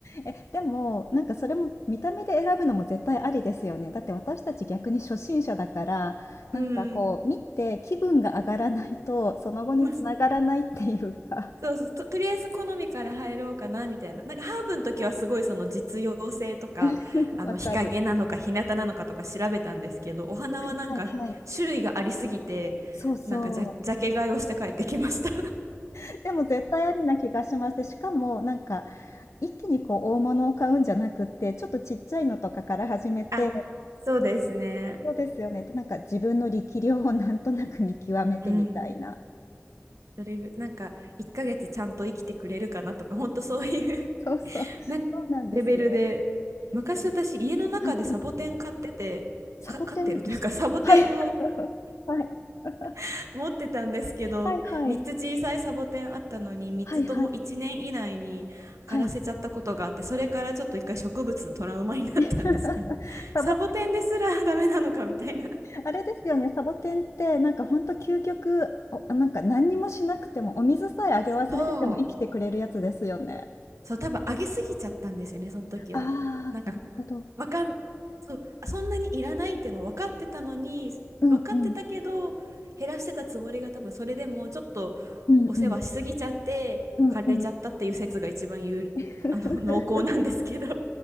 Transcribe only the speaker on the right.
うん。
まあ、そそうそう、と、とりあえず好みから入ろうかな、みたいな。なんか、ハーブの時はすごいその実用性とか、
あの、
日陰なのか、日向なのかとか調べたんですけど、お花はなんか、
種類がありすぎて、
なんかジャ、ジャケ買いをして帰ってきました。
あ、そうですね。
うん。どれぐ、なんか、1ヶ月ちゃんと生きてくれるかなとか、ほんとそういう <laughs>
なんかレベルで、
昔私、
家の中でサボテン飼ってて、
か、飼ってるというか、
サボテンを
<laughs> 持ってたんですけど、
3つ小さいサボテンあったのに、3つとも1年以内に枯らせちゃったことがあって、
それからちょっと一回植物トラウマになったんですけど、
サボテンですらダメなのかみたいな。
そう。そう、多分上げすぎちゃったんですよね、その時は。
なんか、
わかん、そう、そんなにいらないっての分かってたのに、
分かってたけど、減らしてたつもりが多分それでもちょっと
お世話しすぎちゃって、
枯れちゃったっていう説が一番有、
<laughs> あの、濃厚なんですけど。